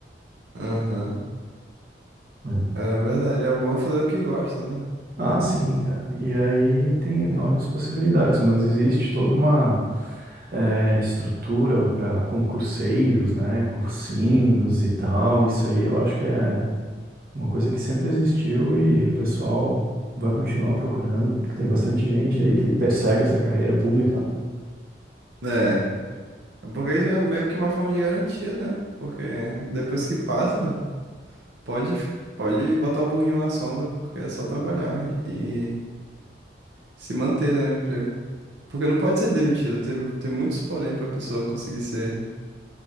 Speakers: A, on the right; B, on the right.
A: Aham.
B: É.
A: É verdade, é bom fazer o que gosta, né?
B: Ah, sim, cara. E aí tem enormes possibilidades, mas existe toda uma é, estrutura para concurseiros, né? Cursinhos e tal. Isso aí eu acho que é. Uma coisa que sempre existiu e o pessoal vai continuar procurando, porque tem bastante gente aí que persegue essa carreira pública, né?
A: É, porque isso é meio que uma forma de garantia, né? Porque depois que passa, pode, pode botar o burrinho na sombra, porque é só trabalhar e se manter, né, no emprego. Porque não pode ser demitido, tem, tem muitos porém para a pessoa conseguir ser